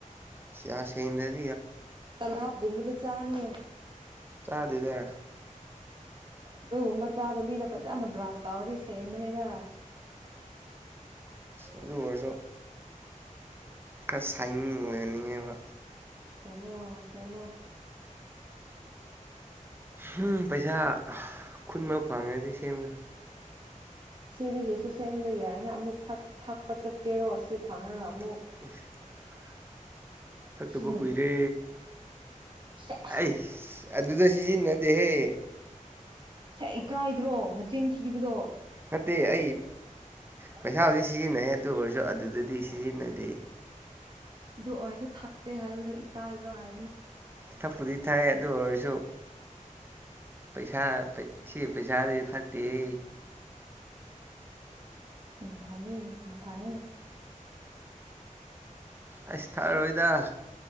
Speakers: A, on the right; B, on the right.
A: ꯁꯤ ꯌꯥ ꯁꯦꯡꯗꯔꯗꯤ <unintelligible>
B: ꯇꯂꯞ ꯒꯨꯝꯕꯗꯨ ꯆꯥꯅꯨ
A: ꯆꯥꯗꯦꯗ
B: ꯑꯗꯨꯒꯨꯝꯕ ꯆꯥꯗꯕꯤꯗ ꯐꯖꯅ ꯕꯔꯁ ꯇꯧꯔꯗꯤ ꯁꯦꯡꯕꯅꯤꯗ
A: ꯑꯗꯨ ꯑꯣꯏꯔꯁꯨ ꯈꯔ ꯁꯥꯏꯅꯤꯡ ꯑꯣꯏꯍꯟꯅꯤꯡꯉꯦꯕ
B: ꯁꯦꯡꯉꫭ ꯁꯦꯡꯉꫭ
A: ꯍꯨꯝ ꯄꯩꯁꯥ ꯈꯨꯟꯕ ꯐꯪꯉꯒꯗꯤ ꯁꯦꯝꯒ‌ꯦ
B: ꯁꯤꯗꯤꯒꯤꯁꯨ ꯁꯦꯝꯕ ꯌꯥꯏꯅ ꯑꯃꯨꯛ ꯊꯛ ꯊꯛꯄ ꯆꯠꯀꯦꯔꯣ ꯁꯤ ꯐꯪꯔꯒ ꯑꯃꯨꯛ
A: ꯑ <inaudible> ꯊꯛꯇꯕ
B: ꯎꯝ
A: ꯀꯨꯏꯔꯦ
B: ꯁꯦꯁ
A: ꯑꯩꯁ ꯑꯗꯨꯗ ꯁꯤꯖꯤꯟꯅꯗꯦꯍꯦ
B: ꯁꯛ ꯏꯀꯥꯏꯗ꯭ꯔꯣ ꯅꯆꯤꯟ ꯊꯤꯕꯗꯣ
A: ꯅꯠꯇꯦ ꯑꯩ ꯄꯩꯁꯥ ꯍꯧꯖꯤꯛ ꯁꯤꯖꯤꯟꯅꯩ ꯑꯗꯨ ꯑꯣꯏꯔꯁꯨ ꯑꯗꯨꯗꯗꯤ ꯁꯤꯖꯤꯟꯅꯗꯦ
B: ꯑꯗꯨ ꯑꯣꯏꯁꯨ ꯊꯥꯛꯇꯦ ꯍꯥꯏꯕꯗꯣ ꯏꯀꯥꯏꯗ꯭ꯔꯣ ꯍꯥꯏ
A: ꯊꯛꯄꯨꯗꯤ ꯊꯛꯏ ꯑꯗꯨ ꯑꯣꯏꯔꯁꯨ ꯄꯩꯁꯥ ꯁꯤ ꯄꯩꯁꯥꯗꯤ ꯊꯛꯇꯦꯍꯦ
B: ꯌꯥꯝ ꯐꯥꯔ‌ꯦ ꯌꯥꯝ ꯐꯔꯦ
A: ꯑꯩꯁ ꯊꯛꯑꯔꯣꯏꯗ